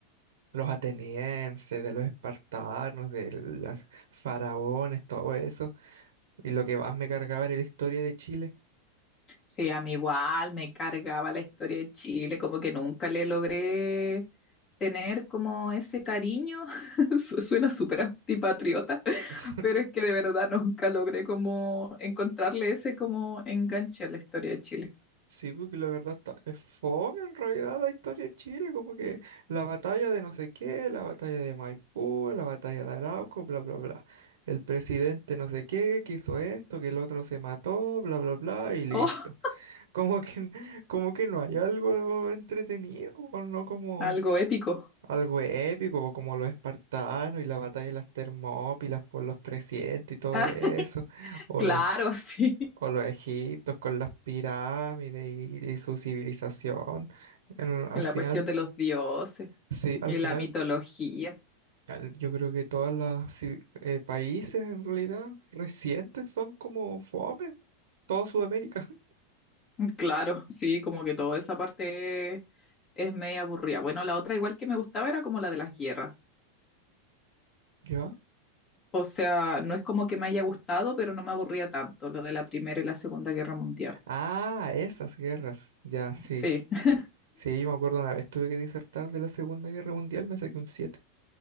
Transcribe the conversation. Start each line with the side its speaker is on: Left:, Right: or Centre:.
Right: los atenienses, de los espartanos, de los faraones, todo eso. Y lo que más me cargaba era la historia de Chile.
Left: Sí, a mí igual me cargaba la historia de Chile, como que nunca le logré tener como ese cariño. <laughs> Su- Suena súper antipatriota,
Right: <laughs>
Left: pero es que de verdad nunca logré como encontrarle ese como enganche a la historia de Chile.
Right: Sí, porque la verdad está, es fome en realidad la historia de Chile, como que la batalla de no sé qué, la batalla de Maipú, la batalla de Arauco, bla, bla, bla. El presidente no sé qué, que hizo esto, que el otro se mató, bla, bla, bla, y listo.
Left: Oh,
Right: <laughs> Como que, como que no hay algo entretenido, o no como...
Left: algo épico.
Right: algo épico, como los espartanos y la batalla de las Termópilas por los 300 y todo
Left: Ah,
Right: eso, o
Left: claro,
Right: los,
Left: <laughs> sí.
Right: o los egiptos con las pirámides y, y su civilización. En- al
Left: Y La
Right: final,
Left: cuestión de los dioses
Right: sí, al
Left: y
Right: final,
Left: la mitología.
Right: al- yo creo que todos los civi- eh, países en realidad recientes son como fome, todo Sudamérica. <laughs>
Left: Claro, sí, como que toda esa parte es media aburrida. Bueno, la otra igual que me gustaba era como la de las guerras.
Right: ¿Ya?
Left: O sea, no es como que me haya gustado, pero no me aburría tanto lo de la Primera y la Segunda Guerra Mundial.
Right: Ah, esas guerras, ya, sí.
Left: Sí, <laughs>
Right: Sí, yo me acuerdo una vez tuve que disertar de la Segunda Guerra Mundial, me saqué un siete